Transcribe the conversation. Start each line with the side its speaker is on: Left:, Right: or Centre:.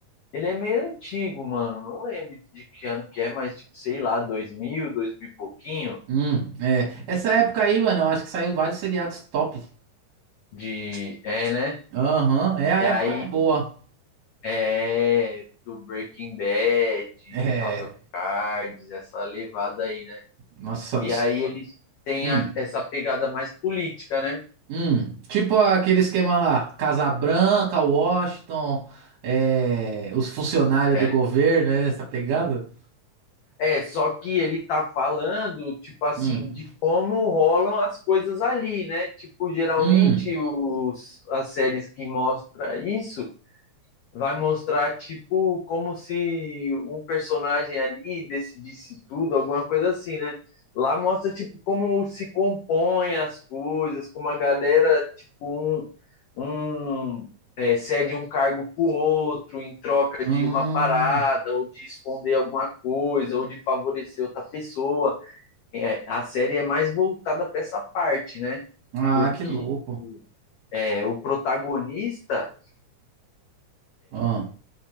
Left: Ele é meio antigo, mano. Não lembro de que ano que é, mas tipo, sei lá, 2000, 2000 e pouquinho
Right: Hum, é. Essa época aí, mano, eu acho que saiu vários seriados top.
Left: de, é, né?
Right: Aham, é a
Left: E
Right: época
Left: aí
Right: boa.
Left: É, do Breaking Bad,
Right: É,
Left: House of Cards, essa levada aí, né?
Right: nossa.
Left: E
Right: s-
Left: aí eles têm
Right: Hum,
Left: a- essa pegada mais política, né?
Right: hum. Tipo aquele esquema lá, Casa Branca, Washington, é, os funcionários
Left: É.
Right: do governo, né, nessa pegada?
Left: É, só que ele tá falando, tipo assim,
Right: Hum,
Left: de como rolam as coisas ali, né? Tipo, geralmente
Right: hum,
Left: os, as séries que mostram isso vai mostrar tipo como se um personagem ali decidisse tudo, alguma coisa assim, né? Lá mostra tipo como se compõem as coisas, como a galera tipo um, um é, cede um cargo pro outro em troca
Right: hum.
Left: de uma parada ou de esconder alguma coisa ou de favorecer outra pessoa. É, a série é mais voltada para essa parte, né?
Right: Ah,
Left: Porque
Right: que louco.
Left: é, o protagonista
Right: Ah,